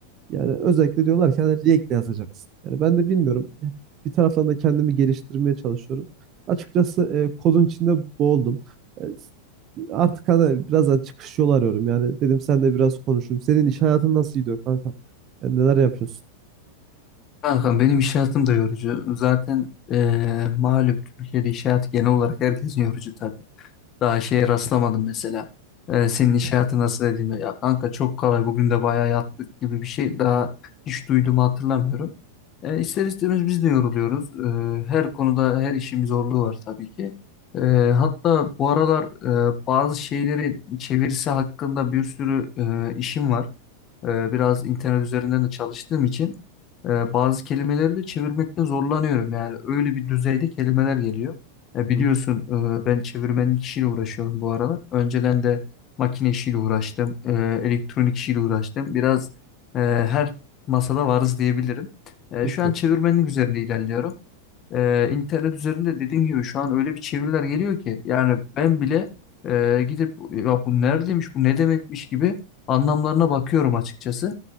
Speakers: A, on the right; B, on the left.
A: Yani özellikle diyorlar ki hani React yazacaksın. Yani ben de bilmiyorum. Bir taraftan da kendimi geliştirmeye çalışıyorum. Açıkçası e, kodun içinde boğuldum. E, artık hani biraz daha çıkış yolu arıyorum. Yani dedim sen de biraz konuşayım. Senin iş hayatın nasıl gidiyor kanka? Yani neler yapıyorsun?
B: Kanka benim iş hayatım da yorucu. Zaten eee malum Türkiye'de iş hayatı genel olarak herkesin yorucu tabii. Daha şeye rastlamadım mesela. Eee, senin iş hayatı nasıl dediğinde ya kanka çok kolay bugün de bayağı yattık gibi bir şey daha hiç duyduğumu hatırlamıyorum. Eee ister istemez biz de yoruluyoruz. Eee, her konuda her işin bir zorluğu var tabii ki. Eee, hatta bu aralar eee, bazı şeyleri çevirisi hakkında bir sürü eee, işim var. Ee, biraz internet üzerinden de çalıştığım için e, bazı kelimeleri de çevirmekte zorlanıyorum. Yani öyle bir düzeyde kelimeler geliyor. E,
A: Hı
B: biliyorsun
A: hı.
B: e, ben çevirmenlik işiyle uğraşıyorum bu aralar. Önceden de makine işiyle uğraştım, e, elektronik işiyle uğraştım. Biraz e, her masada varız diyebilirim. E,
A: Çok
B: şu an
A: iyi.
B: çevirmenlik üzerinde ilerliyorum. Ee, internet üzerinde dediğim gibi şu an öyle bir çeviriler geliyor ki yani ben bile e, gidip ya bu neredeymiş bu ne demekmiş gibi anlamlarına bakıyorum açıkçası.